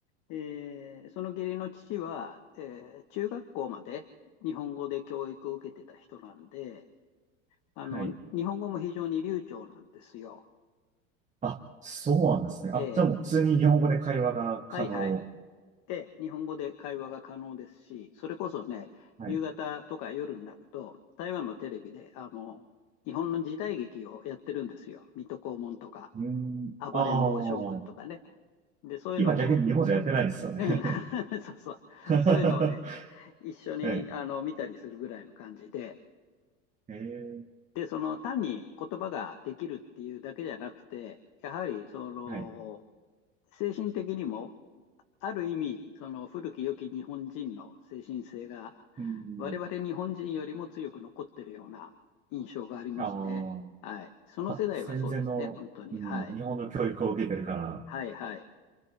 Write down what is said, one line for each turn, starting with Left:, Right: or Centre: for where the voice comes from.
Left: えーその義理の父は、えー中学校まで日本語で教育を受けてた人なんで、あの、
Right: はい。
Left: 日本語も非常に流暢なんですよ。
Right: あ、そうなんですね。
Left: えー
Right: あ、じゃあもう普通に日本語で会話が可能。
Left: はいはい。で、日本語で会話が可能ですし、それこそね、
Right: はい。
Left: 夕方とか夜になると、
Right: う
Left: 台湾のテレビで、あの、日本の時代劇をやってるんですよ。水戸黄門とか、
Right: ーん。
Left: 暴れん坊将軍とかね。
Right: ああ。
Left: で、そういうのを、
Right: 今逆に日本じゃやってないですよね。
Left: うん <laughs> そうそう、
Right: <laughs> は
Left: そういうのをね、一緒にあの見たりするぐらいの感じで、
Right: い。えー、
Left: で、その単に言葉ができるっていうだけじゃなくて、やはりその
Right: はい。
Left: 精神的にもある意味、その古き良き日本人の精神性が、
Right: うん。
Left: 我々日本人よりも強く残ってるような印象がありますね。
Right: あ
Left: はい。その世代はそうですね、
Right: あ。あ、戦前の、
Left: 本当に。
Right: うん、
Left: はい。
Right: 日本の教育を受けてるから。
Left: はい、はい。